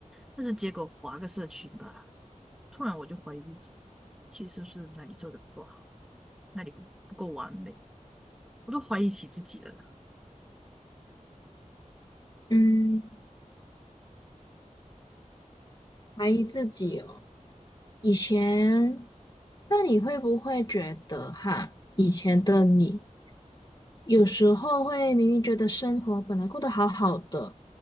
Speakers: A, in the centre; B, on the left.
A: 但是结果划个社群吧，突然我就怀疑自己，其实是哪里做的不够好，哪里不不够完美，我都怀疑起自己了呢。
B: 嗯，怀疑自己哦。以前，那你会不会觉得哈，以前的你有时候会明明觉得生活本来过得好好的，